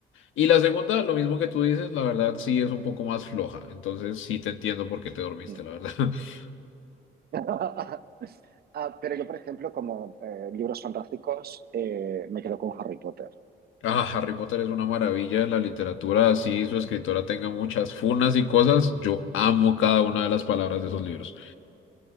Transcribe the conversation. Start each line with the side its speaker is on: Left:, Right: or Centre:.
Left: Y la segunda, lo mismo que tú dices, la verdad sí es un poco más floja. Entonces sí te entiendo por qué te dormiste,
Right: mm.
Left: la verdad. <laughs>
Right: <laughs> Ah, pero yo, por ejemplo, como eh, libros fantásticos, eh, me quedo con Harry Potter.
Left: Ah, Harry Potter es una maravilla de la literatura, así su escritora tenga muchas funas y cosas, yo amo cada una de las palabras de esos libros.